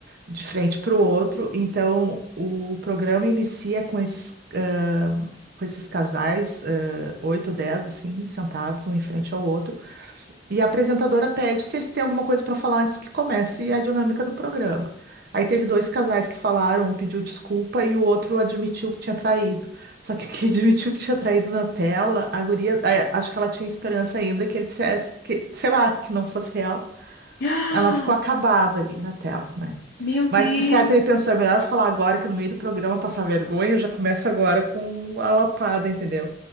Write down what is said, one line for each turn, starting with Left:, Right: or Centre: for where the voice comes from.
Right: de frente para o outro. Então, o programa inicia com esses, ah, com esses casais, ah, oito, dez, assim, sentados, um em frente ao outro. E a apresentadora pede se eles têm alguma coisa para falar antes que comece a dinâmica do programa. Aí teve dois casais que falaram, um pediu desculpa e o outro admitiu que tinha traído. Só que o que <laughs> admitiu que tinha traído na tela, a guria, a- acho que ela tinha esperança ainda que ele dissesse que, sei lá, que não fosse real.
Left: <gasps> Ah,
Right: Ela ficou acabada ali na tela, né?
Left: Meu
Right: Mas
Left: Deus,
Right: de certo ele pensou, é melhor eu falar agora que no meio do programa passar vergonha, eu já começo agora com a lapada, entendeu?